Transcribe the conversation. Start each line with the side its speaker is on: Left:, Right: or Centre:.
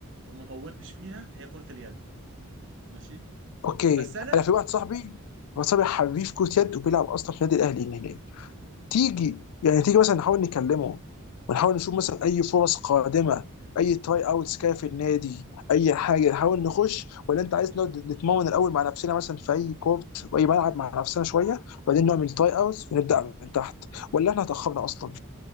Right: وما طولتش فيها هي كره اليد ماشي
Left: اوكي
Right: بس انا
Left: انا في واحد صاحبي هو صاحبي حريف كرة يد وبيلعب اصلا في النادي الاهلي هناك. تيجي يعني تيجي مثلا نحاول نكلمه ونحاول نشوف مثلا اي فرص قادمه اي تراي اوتس جايه في النادي اي حاجه نحاول نخش ولا انت عايز نقعد نتمرن الاول مع نفسنا مثلا في اي كورت في اي ملعب مع نفسنا شويه وبعدين نعمل تراي اوتس ونبدا من تحت ولا احنا اتاخرنا اصلا